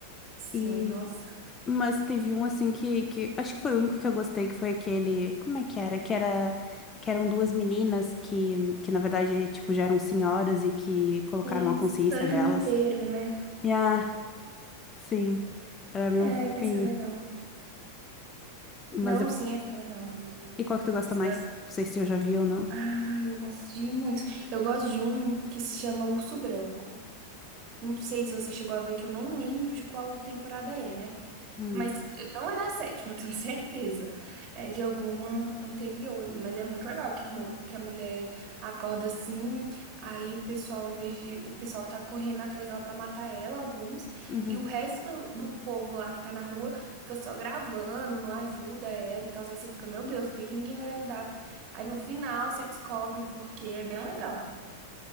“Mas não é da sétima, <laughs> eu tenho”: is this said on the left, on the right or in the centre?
Right